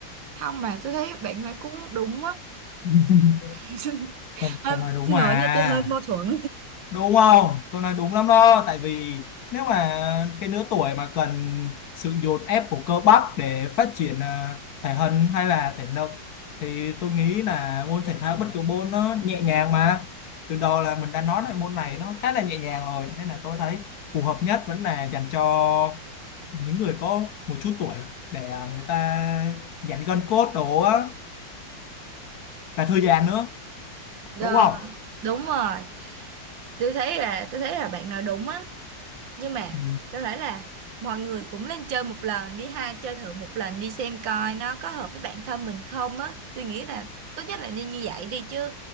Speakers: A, on the right; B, on the left.
A: không mà tôi thấy bạn nói cũng đúng á
B: <laughs>
A: <laughs>
B: tôi,
A: hơi
B: tôi nói đúng
A: xin
B: mà
A: lỗi nha tôi hơi mâu thuẫn
B: đúng không tôi nói đúng lắm đó tại vì nếu mà cái lứa tuổi mà cần sự dồn ép của cơ bắp để phát triển à, thể hình hay là thể lực thì tôi nghĩ là môn thể thao bất cứ môn nó nhẹ nhàng mà từ đầu là mình đã nói là môn này nó khá là nhẹ nhàng rồi nên là tôi thấy phù hợp nhất vẫn là dành cho những người có một chút tuổi để à, người ta giãn gân cốt đồ á và thư giãn nữa
A: <laughs> Ờ,
B: đúng không
A: đúng rồi tôi thấy là tôi thấy là bạn nói đúng á nhưng mà
B: ừ.
A: có thể là mọi người cũng lên chơi một lần đi ha chơi thử một lần đi xem coi nó có hợp với bản thân mình không á tôi nghĩ là tốt nhất là nên như vậy đi chứ